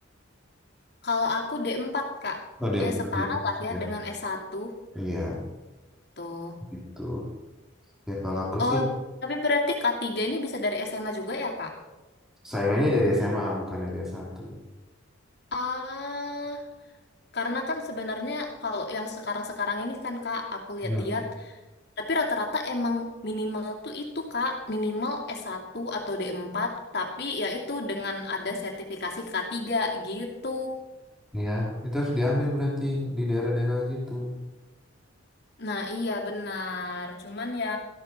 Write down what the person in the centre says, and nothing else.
Oh, d empat
D3.
Iya,
gitu. Ya kalau aku
sih
saingannya dari SMA bukan dari s satu.
Hmm.
Iya, itu harus diambil berarti di daerah-daerah situ.